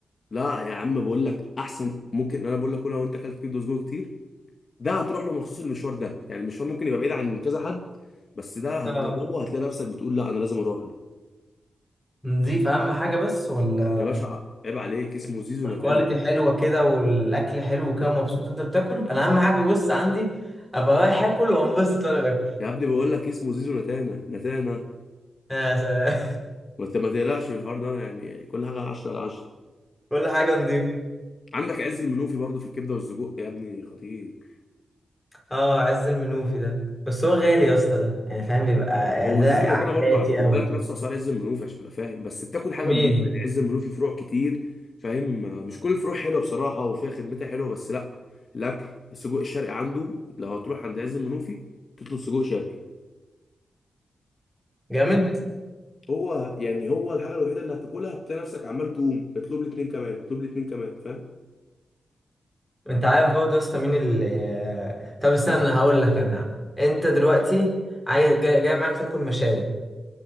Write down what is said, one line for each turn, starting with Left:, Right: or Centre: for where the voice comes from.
Left: لا يا عم بقول لك احسن ممكن انا بقول لك كل لو انت اكلت كبده وسجق كتير ده هتروح له مخصوص المشوار ده يعني المشوار ممكن يبقى بعيد عن كذا حد بس ده هتجربه
Centre: اه
Left: هتلاقي نفسك بتقول لا انا لازم اروح له
Centre: نضيف اهم حاجه بس ولا
Left: يا باشا عيب عليك اسمه زيزو
Centre: والكواليتي
Left: نتانا
Centre: حلوه كده والاكل حلو كده ومبسوط انت بتاكل انا اهم حاجه بص عندي ابقى رايح اكل وانبسط وانا باكل
Left: يا ابني بقول لك اسمه زيزو نتانا نتانا
Centre: يا سلام
Left: ما ت- ما تقلقش من الحوار ده يعني كل حاجه 10 على 10
Centre: <laughs> كل حاجه نضيفه
Left: عندك عز المنوفي برضو في الكبده والسجق يا ابني خطير
Centre: اه عز المنوفي ده بس هو غالي يا اسطى ده يعني فاهم بيبقى يعني
Left: وزيزو
Centre: ده عائلاتي
Left: اللي برضه عف- خد
Centre: قوي
Left: بالك نفسه اسعار عز المنوفي عشان تبقى فاهم بس بتاكل حاجه
Centre: مين
Left: نضيفه يعني عز المنوفي فروع كتير فاهم مش كل الفروع حلوه بصراحه وفيها خدمتها حلوه بس لا الاكل السجق الشرقي عنده لو هتروح عند عز المنوفي تطلب سجق شرقي
Centre: جامد
Left: هو يعني هو الحاجه الوحيده اللي هتاكلها هتلاقي نفسك عمال تقوم اطلب لي اتنين كمان اطلب لي اتنين كمان فاهم
Centre: انت عارف برضه يا اسطى مين اللي طب استنى هقول لك انا يا عم. انت دلوقتي عايز جاي, جاي معاك تاكل مشاوي